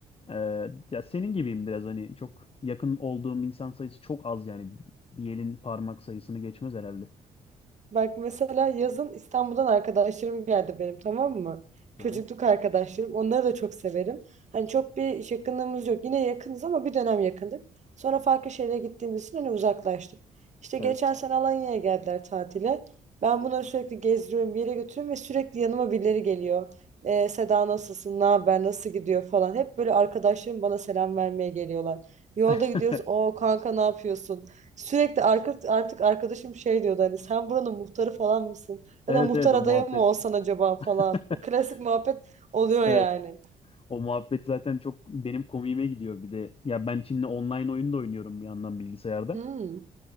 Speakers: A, on the left (about 35°); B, on the right (about 50°).
A: e, ya senin gibiyim biraz hani çok yakın olduğum insan sayısı çok az yani. Bir elin parmak sayısını geçmez herhalde.
B: Bak mesela yazın İstanbul'dan arkadaşlarım geldi benim tamam mı?
A: Aha,
B: Çocukluk arkadaşlarım. Onları da çok severim. Hani çok bir iş yakınlığımız yok. Yine yakınız ama bir dönem yakındık. Sonra farklı şehre gittiğimiz için hani uzaklaştık. İşte
A: evet.
B: geçen sene Alanya'ya geldiler tatile. Ben bunları sürekli gezdiriyorum, bir yere götürüyorum ve sürekli yanıma birileri geliyor. Ee, Seda nasılsın, ne haber, nasıl gidiyor falan. Hep böyle arkadaşlarım bana selam vermeye geliyorlar. Yolda
A: <laughs>
B: gidiyoruz, o kanka ne yapıyorsun? Sürekli arka, artık arkadaşım şey diyordu hani sen buranın muhtarı falan mısın?
A: Evet
B: Ya da muhtar
A: evet o
B: adayı
A: muhabbet.
B: mı olsan acaba falan.
A: <laughs>
B: Bu klasik muhabbet oluyor
A: Evet.
B: yani.
A: O muhabbet zaten çok benim komiğime gidiyor bir de. Ya ben şimdi online oyun da oynuyorum bir yandan bilgisayarda.
B: Hmm.